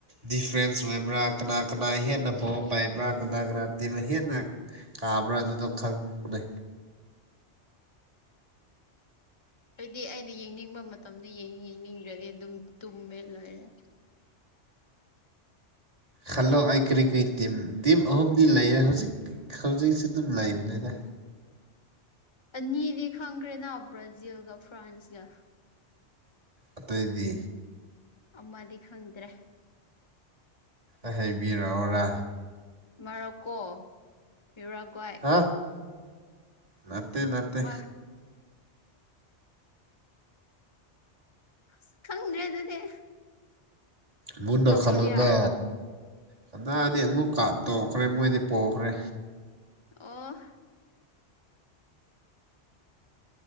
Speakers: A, on the right; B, on the left.
A: ꯗꯤꯐ꯭ꯔꯦꯟꯁ ꯑꯣꯏ ꯀꯅꯥ ꯀꯅꯥ ꯀꯅꯥ ꯍꯦꯟꯅ ꯄꯥꯋꯔ ꯄꯥꯏꯕ꯭ꯔꯥ ꯀꯅꯥ ꯀꯅꯥ ꯇꯤꯝꯅ ꯍꯦꯟꯅ ꯀꯥꯕ꯭ꯔ ꯑꯗꯨ ꯑꯗꯨꯝ ꯈꯪꯕꯅꯦ
B: ꯑꯩꯗꯤ ꯑꯩꯅ ꯌꯦꯡꯅꯤꯡꯕ ꯃꯇꯝꯗ ꯌꯦꯡꯉꯤ ꯌꯦꯡꯅꯤꯡꯗ꯭ꯔꯗꯤ ꯑꯗꯨꯝ ꯇꯨꯝꯃꯦ ꯂꯣꯏꯔꯦ
A: ꯈꯜꯂꯣ ꯑꯩ ꯀꯔꯤ ꯀꯔꯤ ꯇꯤꯝ ꯇꯤꯝ ꯑꯍꯨꯝꯗꯤ ꯂꯩꯌꯦ ꯍꯧꯖꯤꯛ ꯍꯧꯖꯤꯛꯁꯨ ꯗꯨꯝ ꯂꯩꯕꯅꯤꯗ
B: ꯑꯅꯤꯗꯤ ꯈꯪꯈ꯭ꯔꯦꯅ ꯕ꯭ꯔꯥꯖꯤꯜꯒ ꯐ꯭ꯔꯥꯟꯁꯒ
A: ꯑꯇꯩꯗꯤ
B: ꯑꯃꯗꯤ ꯈꯪꯗ꯭ꯔꯦ
A: ꯑꯩꯪ ꯍꯥꯏꯕꯤꯔꯛꯑꯣꯔꯥ
B: ꯃꯣꯔꯣꯛꯀꯣ ꯎꯨꯔꯥꯒ꯭ꯌꯥꯏ
A: ꯍꯥ ꯅꯠꯇꯦ ꯅꯠꯇꯦ
B: ꯃꯥ ꯑꯁ ꯈꯪꯗ꯭ꯔꯦ ꯑꯗꯨꯗꯤ
A: ꯃꯨꯟꯅ
B: ꯁꯥꯎꯠ
A: ꯈꯜꯂꯨꯗ
B: ꯀꯣꯔꯤꯌꯥ
A: ꯀꯅꯥꯗꯤ ꯑꯃꯨꯛꯀꯥ ꯇꯣꯛꯈ꯭ꯔꯦ ꯃꯣꯏꯗꯤ ꯄꯣꯛꯈ꯭ꯔꯦ
B: ꯑꯣ